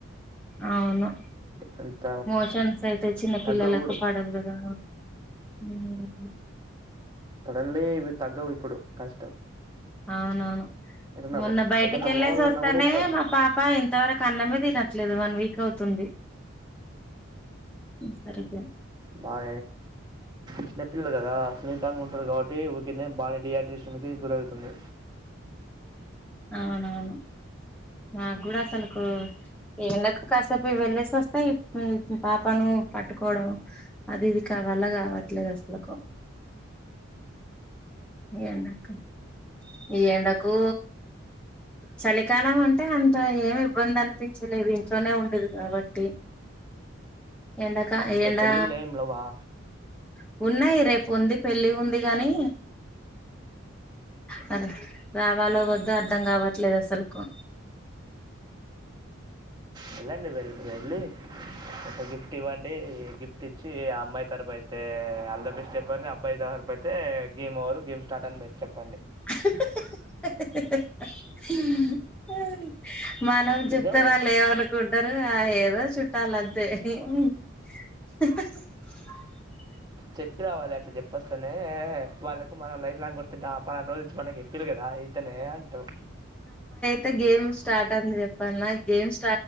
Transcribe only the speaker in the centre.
అవును
మోషన్సైతే చిన్న పిల్లలకు
పడవు కదా ఉమ్మ్
అవునవును
మొన్న బయటికెళ్ళేసి
వస్తానే
మా పాప ఇంతవరకు అన్నమే తినట్లేదు వన్ వీక్ అవుతుంది సరిగా
అవునవును నాగూడా అసలకు ఎండకు కాసేపు వెళ్ళేసి వస్తే ఇ మ్ పాపను పట్టుకోవడం అది ఇది కా వల కావట్లేదు అసల్కో ఈ ఎండకు ఈ ఎండకూ చలికాలం అంటే అంత ఏమి ఇబ్బందనిపించలేదు ఇంట్లోనే ఉండేది కాబట్టి ఏండకా
ఏండా
ఉమ్ ఉన్నాయి రేపు ఉంది పెళ్ళి ఉంది గాని సరే రావాలా వద్ద అర్థం కావట్లేదు అసల్కో
హక్ అ్ అ్ అ్ అ్ అ్ అ్
<inaudible> మ్మ్ మనం చెప్తే వాళ్ళేమనుకుంటారు ఆ ఏదో చుట్టాలంతే
తే గేమ్ స్టార్ట్ అన్ చెప్పల్న గేమ్స్